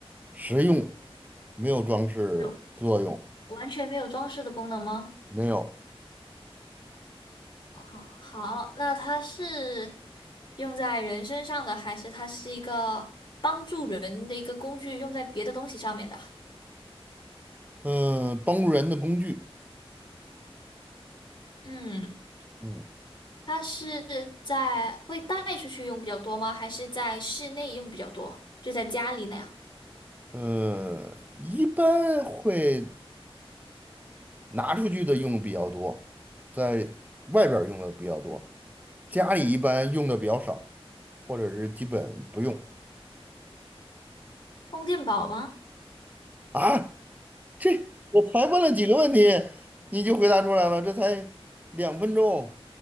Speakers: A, on the right; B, on the left.
A: 实用，没有装饰作用，
B: 有完全没有装饰的功能吗？
A: 没有。
B: 好，好，那它是用在人身上的，还是它是一个帮助人的一个工具，用在别的东西上面的？
A: 嗯，帮助人的工具。
B: 嗯。
A: 嗯。
B: 它是在会带出去用比较多吗？还是在室内用比较多？就在家里那样，
A: 呃，一般会拿出去的用比较多，在外边儿用的比较多，家里一般用的比较少，或者是基本不用。
B: 充电宝吗？
A: 啊，这我才问了几个问题，你就回答出来了，这才两分钟，